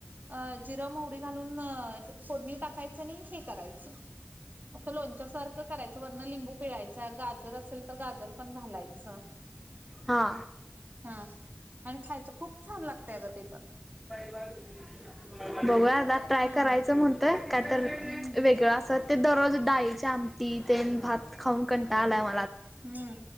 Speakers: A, on the right; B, in the centre.
A: अ जिरा, मोहरी घालून फोडणी टाकायचं आणि हे करायचं. असं लोणच्यासारखं करायचं वरण लिंबू पिळायचं गाजर असेल तर गाजर पण घालायचं.
B: हा.
A: हा आणि खायचं खूप छान लागतया गं ते पण.
B: <unintelligible> बघूया आता ट्राय
A: हा
B: करायचं म्हणतोय काय तर
A: हम्म
B: वेगळं अस ते दररोज डाळीची आमटी तेन भात खाऊन कंटाळा आलाय हो.
A: हम्म